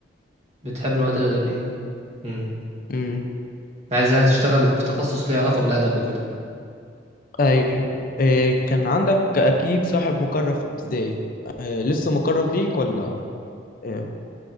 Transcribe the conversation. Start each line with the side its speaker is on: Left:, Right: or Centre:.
Right: بتحب المواد الأدبية امم
Left: امم
Right: عايز يعني تشتغل في تخصص ليه علاقة بالأدب وكده
Left: ايوه إيه كان عندك اكيد صاحب مقرب في ابتدائي إيه لسه مقرب ليك ولا إيه؟